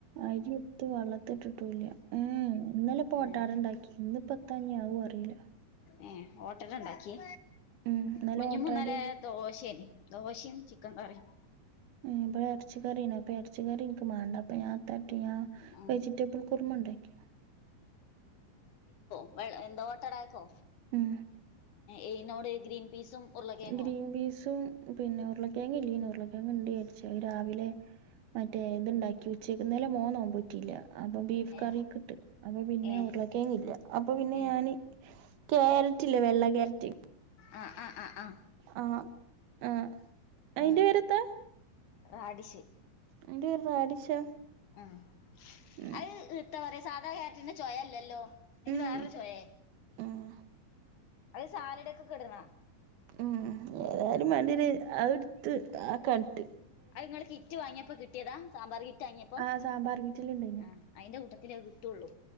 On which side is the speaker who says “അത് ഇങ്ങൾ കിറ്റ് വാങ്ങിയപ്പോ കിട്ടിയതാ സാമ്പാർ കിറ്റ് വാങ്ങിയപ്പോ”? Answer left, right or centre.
Left